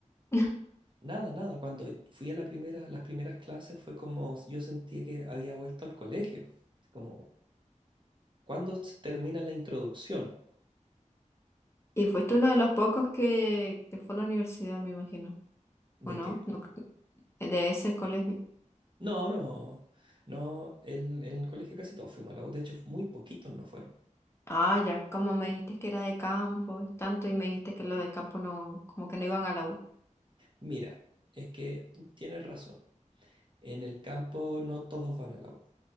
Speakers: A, on the left (about 20°); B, on the right (about 40°).
A: <laughs>
B: Nada, nada. Cuando fui a la primera, las primeras clases fue como yo sentía que había vuelto al colegio. Así Como, ¿cuándo s- termina la introducción?
A: Y fuiste uno de los pocos que, que fue a la universidad, me imagino.
B: ¿De
A: ¿O no?
B: qué?
A: No, de ese colegio.
B: No, no, no. el- en el colegio casi todos fuimos a la U. De hecho, muy poquitos no fueron.
A: Ah, ya, como me dijiste que era de campo y tanto, y me dijiste que los de campo no, como que no iban a la U.
B: Mira, es que tienes razón. En el campo no todos van a la U.